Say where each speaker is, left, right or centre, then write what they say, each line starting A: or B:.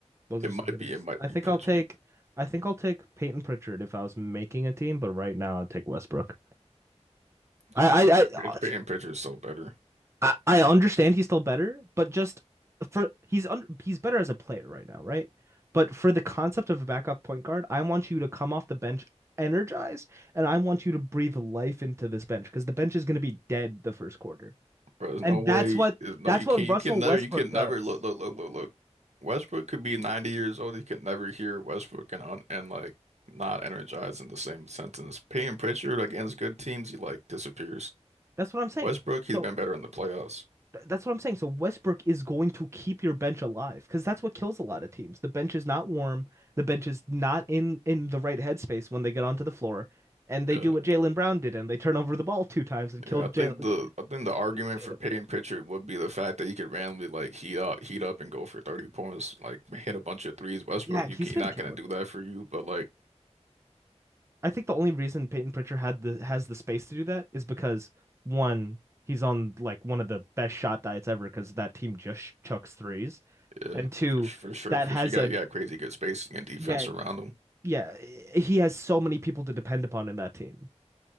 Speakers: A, on the right (about 25°); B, on the right (about 70°).
A: those
B: It
A: are
B: might
A: some hitters.
B: be it might
A: I
B: be
A: think
B: Pritchard.
A: I'll take, I think I'll take Peyton Pritchard if I was making a team, but right now I'd take Westbrook.
B: I
A: I,
B: think Peyton,
A: I, I,
B: Peyton Pritchard's so better.
A: I I understand he's still better, but just for he's un, he's better as a player right now, right? But for the concept of a backup point guard, I want you to come off the bench energized, and I want you to breathe life into this bench because the bench is going to be dead the first quarter.
B: Bro, there's
A: And
B: no way.
A: that's what
B: There's no
A: that's
B: you
A: what
B: can't.
A: Russell
B: You can never.
A: Westbrook
B: You can
A: does.
B: never look. Look. Look. Look. Look. Westbrook could be 90 years old. You can never hear Westbrook and un, and like not energized in the same sentence. Payne Pritchard against good teams, he like disappears.
A: That's what I'm saying.
B: Westbrook, he's
A: So
B: been better in the playoffs.
A: th- that's what I'm saying. So Westbrook is going to keep your bench alive because that's what kills a lot of teams. The bench is not warm. The bench is not in in the right headspace when they get onto the floor, and they
B: Yeah.
A: do what Jalen Brown did and they turn over the ball two times and killed
B: Yeah. I think
A: Jalen.
B: the
A: Jalen
B: I think the argument
A: Tatum.
B: for Payne Pritchard would be the fact that he could randomly like heat up, heat up and go for 30 points, like hit a bunch of threes. Westbrook,
A: Yeah, he's
B: you can,
A: been
B: not
A: killing.
B: gonna do that for you, but like
A: I think the only reason Peyton Pritchard had the has the space to do that is because one, he's on like one of the best shot diets ever because that team just sh- chucks threes,
B: yeah,
A: and two,
B: for s- for sure,
A: that
B: for
A: has
B: sure, you got
A: a
B: you got crazy good spacing and defense
A: yeah
B: around him.
A: yeah eh, he has so many people to depend upon in that team.